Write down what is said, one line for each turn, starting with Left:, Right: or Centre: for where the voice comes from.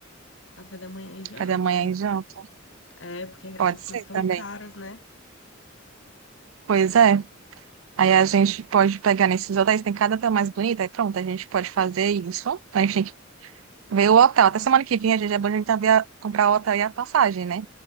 Left: Café da manhã e janta.
Right: Café da manhã e janta.
Left: É, porque essas
Right: Pode
Left: coisas
Right: ser
Left: são
Right: também.
Left: caras, né?
Right: Pois é. Aí a gente pode pegar nesses hotéis, tem cada hotel mais bonito. Aí pronto, a gente pode fazer isso. Então, A gente tem Ver o hotel. Até semana que vem a gente é bom a gente já ver a- comprar o hotel e a passagem, né?